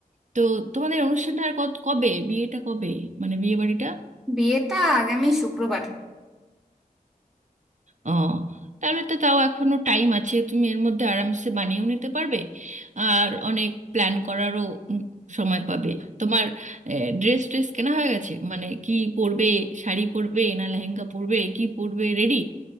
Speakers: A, on the right; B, in the centre.
A: তো তোমাদের অনুষ্ঠানটা আর কত- কবে বিয়েটা কবে মানে বিয়ে বাড়িটা
B: বিয়েটা আগামী শুক্রবার
A: ও তাহলে তো তাও এখনো টাইম আছে তুমি এর মধ্যে আরামসে বানিয়েও নিতে পারবে আর অনেক প্ল্যান করারও উম সময় পাবে তোমার ড্রেস ট্রেস কেনা হয়ে গেছে মানে কি পরবে শাড়ি পরবে না লেহেঙ্গা পরবে কি পরবে রেডি